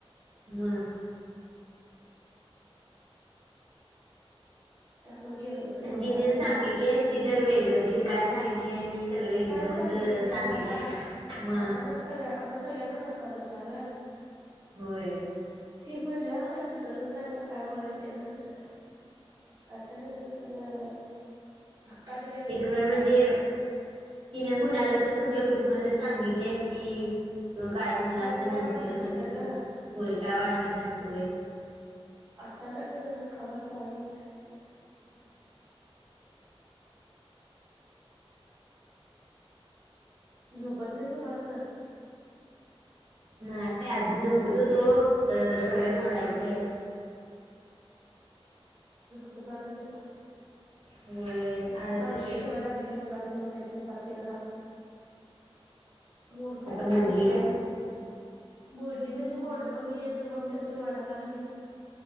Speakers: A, on the right; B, on the right.
A: मग
B: त्यामुळे गेलोच नाही
A: आणि
B: मग
A: तिने
B: काय
A: सांगितली
B: नाहीच
A: असती तर वेगळं तिने काय सांगितले आणि सगळे एकदमच
B: कायच सांगितली नाही
A: सांगितले
B: ग आ
A: मग
B: अचानक सगळ्या आम्हाला सगळ्यांनाच धक्का बसला ग.
A: होय.
B: ही म्हणल्यावर काही सुचलच नाही आम्हाला काय बोलायचं तिच्या संग अचानकच होय धक्का दिल्यागत
A: एक
B: दिली
A: वेळ म्हणजे
B: आम्हाला.
A: तिने कुणाला तर तुमच्या ग्रुप मध्ये सांगितली असती म काय झालं
B: हा
A: असत
B: मग काय
A: नंतर
B: वाटलं नसतं
A: मग त
B: ग
A: होय काय वाटलं नसतं बाय.
B: अचानकच धक्का बसला आणि काय झोपत नाहीस दुपारचं?
A: नाही आधी झोपत होतो ता जरा सवय मोडायचीये.
B: उस वाटले दुपारच.
A: होय आळस
B: माझ
A: येतोय
B: बी सवय लागलेली मला बी झोपायची दुपारची घरात. मोडलो
A: आता
B: ग सवय
A: मोडली काय?
B: मोडली म्हण. मोडलो मी आमची मम्मी आमची वरडाया लागली.